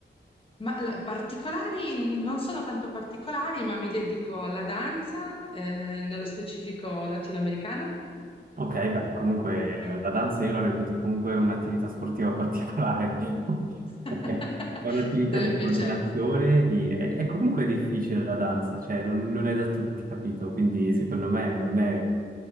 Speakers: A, on the left (about 30°); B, on the right (about 45°).
A: Ma l- particolari n- non sono tanto particolari, ma mi dedico alla danza, eh, nello specifico latinoamericana,
B: Ok, beh, comunque
A: eh,
B: eh, la danza io la reputo comunque un'attività sportiva particolare, <laughs> perché
A: <laughs>
B: è un'attività
A: dove
B: di
A: piace,
B: coordinazione, di... È, è comunque difficile la danza, cioè non, non è da tutti, capito? Quindi secondo me non è,